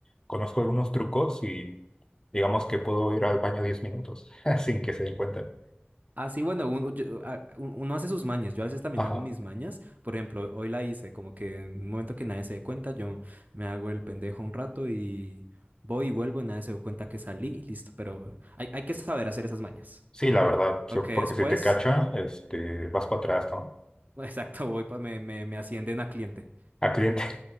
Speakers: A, on the left (about 20°); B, on the right (about 45°).
A: conozco algunos trucos y digamos que puedo ir al baño 10 minutos <laughs> sin que se den cuenta.
B: Así bueno, un- yo- a- un- uno hace sus mañas. Yo a veces también
A: Ajá.
B: hago mis mañas. Por ejemplo, hoy la hice, como que en un momento que nadie se dé cuenta, yo me hago el pendejo un rato y voy y vuelvo y nadie se dio cuenta que salí y listo. Pero hay, hay que saber hacer esas mañas.
A: Sí, la verdad,
B: Porque
A: so- porque
B: después,
A: si te cacha, este, vas para atrás, ¿no?
B: <laughs> exacto, voy, pa- me, me, me ascienden a cliente.
A: A cliente.